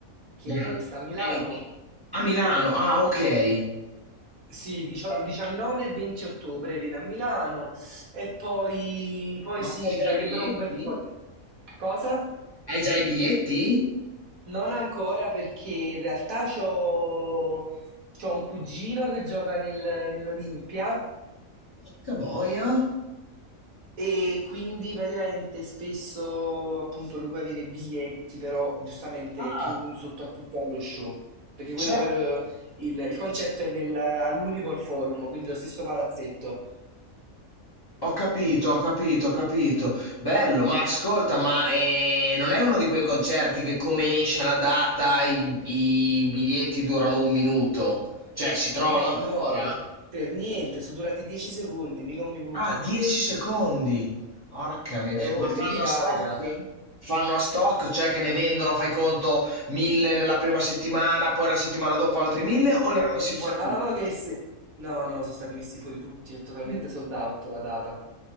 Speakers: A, on the right (about 80°); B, on the left (about 20°).
A: che
B: Grande.
A: sta a Milano.
B: Hai iniziato- A Milano, ah ok,
A: Sì, dicio- 19 e 20 ottobre viene a Milano e poi, poi
B: ma
A: sì,
B: sai
A: ci
B: già
A: sarebbero
B: i biglietti?
A: un bel po' di... Cosa?
B: Hai già i biglietti?
A: Non ancora perché in realtà c'ho, c'ho un cugino che gioca nel- nell'Olimpia
B: Porca boia.
A: e quindi praticamente spesso appunto lui può avere i biglietti, però giustamente
B: Ah,
A: è più un sottotitolo allo show, perché
B: certo.
A: quello poi lo- il, il concerto è nel- all'Unipol Forum, quindi lo stesso palazzetto.
B: Ho capito, ho capito, ho capito. Bello, ma ascolta, ma eh, non è uno di quei concerti che come esce la data i, i biglietti durano un minuto? Cioè, si trovano
A: No,
B: ancora?
A: no, per, per niente, sono durati 10 secondi, mica un minuto.
B: Ah, 10 secondi. Porca mi-
A: Eh, oh,
B: Ma
A: è
B: fanno
A: Lady Gaga.
B: a stock? Fanno a stock, cioè che ne vendono, fai conto, mille nella prima settimana, poi la settimana dopo altri mille o
A: Mm,
B: li ha messi
A: Diciamo
B: fuori tutti?
A: che se... No, no, sono stati messi fuori tutti, è totalmente
B: Tutti.
A: sold out la data.